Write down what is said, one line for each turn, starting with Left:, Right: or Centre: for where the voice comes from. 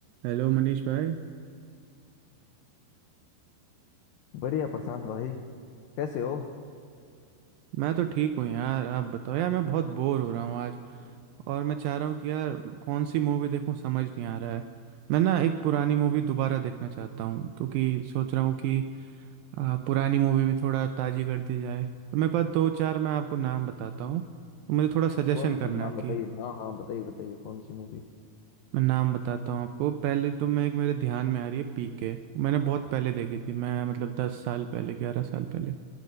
Right: Hello Manish भाई
Left: बढ़िया प्रशांत भाई कैसे हो
Right: मैं तो ठीक हूँ यार आप बताओ यार मैं बहुत बोर हो रहा हूँ आज और मैं चाह रहा हूँ कि यार कौन सी मूवी देखूँ समझ नहीं आ रहा है मैं ना एक पुरानी मूवी दोबारा देखना चाहता हूँ क्योंकि सोच रहा हूँ कि आ, पुरानी मूवी भी थोड़ा ताजी कर दी जाए तो मेरे पास दो चार मैं आपको नाम बताता हूँ तो मुझे थोड़ा सजेशन
Left: कौन
Right: करना
Left: सी नाम
Right: है
Left: बताइए
Right: कि
Left: हाँ हाँ हाँ बताइए बताइए कौन सी मूवी
Right: मैं नाम बताता हूँ आपको पहले तो मैं एक मेरे ध्यान में आ रही है पीके मैंने बहुत पहले देखी थी मैं मतलब दस साल पहले ग्यारह साल पहले